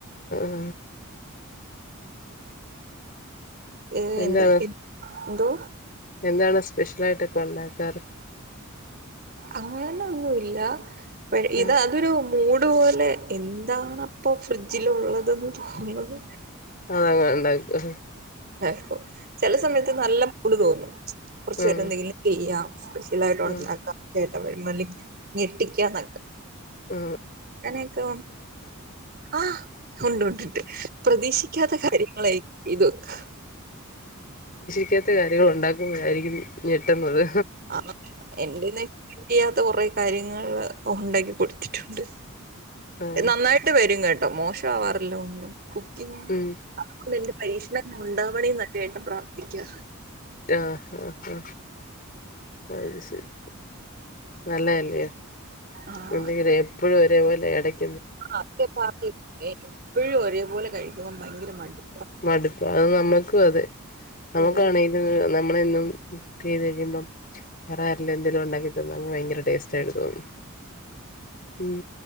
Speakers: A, on the left; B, on the right.
A: ഉ
B: ഏ,
A: എന്താണ്
B: എന്ത എന്തോ
A: എന്താണ് സ്പെഷ്യൽ ആയിട്ട് ഒക്കെ ഉണ്ടാക്കാറ്
B: അങ്ങനന്ന ഒന്നുല്ല പ ഇത്
A: ഉം
B: അതൊരു മൂട് പോ അല്ലെ എന്താണ് അപ്പോ ഫ്രിഡ്ജിലുള്ളതെന്ന് തോന്നുന്നത്?
A: അതങ്ങനെ ഇണ്ടാക്കോ?
B: <unintelligible> ചില സമയത്ത് നല്ല മൂഡ് തോന്നും കുറച്ചു
A: ഉം
B: പേരടെ എന്തെങ്കിലും ചെയ്യാം സ്പെഷ്യലായിട്ട് ഉണ്ടാക്കാ
A: ഉം
B: ഏട്ടൻ വരുമ്പോ അല്ലെങ്കി ഞെട്ടിക്കാന്നൊക്കെ
A: ആ
B: അങ്ങനെയൊക്കെ ആ ഉണ്ട് ഉണ്ട്ണ്ട്ണ്ട് പ്രതീക്ഷിക്കാത്ത കാര്യങ്ങളായി ഇതൊക്ക
A: പറ്റാത്ത കാര്യങ്ങൾ ഒണ്ടാക്കുമ്പഴായിരിക്കും ഞെട്ടുന്നത്
B: ആ എന്റെ പിന്നെ <unintelligible> കൊറെ കാര്യങ്ങൾ ഉണ്ടാക്കി കൊടുത്തിട്ടുണ്ട്
A: ആഹ്
B: നന്നായിട്ട് വരും കേട്ടോ മോശം ആവാറില്ല ഒന്നും കുക്കിംഗ്
A: ഉം
B: അത് കൊണ്ട് എന്റെ പരീഷ് ണം ഉണ്ടാവണേന്ന ചേട്ടൻ പ്രാർത്ഥിക്കുക
A: ആഹ് ആഹ് ആ അത് ശരി നല്ല അല്ലിയോ
B: ആഹ്
A: എന്തെങ്കിലും ഏ എപ്പോഴും ഒരേപോലെ എടക്
B: <unintelligible> എപ്പഴും ഒരേപോലെ കഴിക്കുമ്പം ഭയങ്കര മടിയ
A: മടുപ്പ് അത് നമ്മുക്ക് അതെ നമ്മുക്കാണെങ്കിലും
B: വെറൈ-
A: നമ്മള ഇന്നും കുക്ക് ചെയ്ത് കഴിയുമ്പം വേറെ ആരിലും എന്തെങ്കിലും ഉണ്ടാക്കി തന്നാ നമക്ക് ഭയങ്കര ടേസ്റ്റ് ആയി തോന്നും ഉം